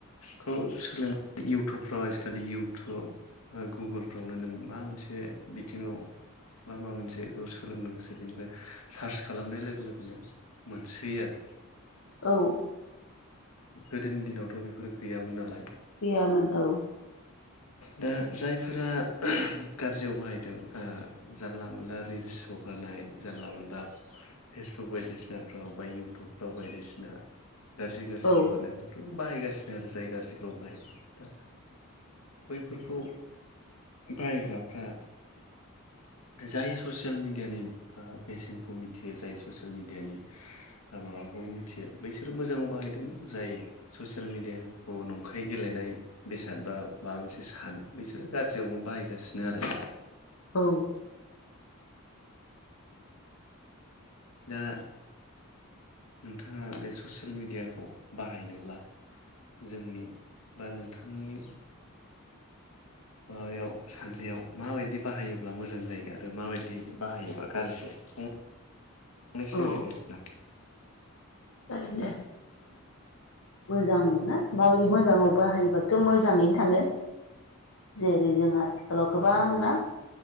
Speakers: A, on the left (about 85°); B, on the left (about 70°).
A: खौ सोलों इउटुबफ्राव आजिखालि इउटुब गुगोलफ्रावनो नों मा मोनसे बिथिङाव बा मा मोनसे बेखौ सोलोंनो गोसो बेनिफ्राय सार्च खालामनाय लोगो लोगोनो मोनसै आरो
B: औ
A: गोदोनि दिनावथ बेफोर गैयामोन नालाय
B: गैयामोन औ
A: दा जायफोरा गाज्रियाव बाहायदों ओ जानला मानला रिल्स हगारनाय जानला मानला फेसबुक बायदिसिनाफ्राव बा इउटुबफ्राव बायदिसि ना गाज्रि गाज्रि
B: औ
A: हगारनाय बेफोरखौ बाहायगासि आरो जाय गाज्रिफ्राव बाहायदों दा बैफोरखौ बाहायग्राफ्रा जाय ससियेल मिडियानि ओ बेसेनखौ मिथियो जाय ससियेल मिडियानि ओ माबाखौ मिथियो बैसोरो मोजाङाव बाहायदों जाय ससियेल मेडियाखौ नंखायै गेलेनाय बेसाद बा माबा मोनसे सानो बिसोरो गाज्रियावनो बाहायगासिनोआरो
B: औ
A: दा नोंथाङा बे ससियेल मिडियाखौ बाहायनोब्ला जोंनि बा नोंथांनि माबायाव साननायाव माबायदि बाहायोब्ला मोजां जायो आरो माबायदि बाहायोबा गाज्रि जायो। <unintelligible>
B: औ
A: ओरैनो ना
B: जागोन दे मोजां ना माबायदि मोजाङाव बाहायोबथ मोजाङैनो थांगोन जेरै जों आथि खालाव गोबांना
A: औ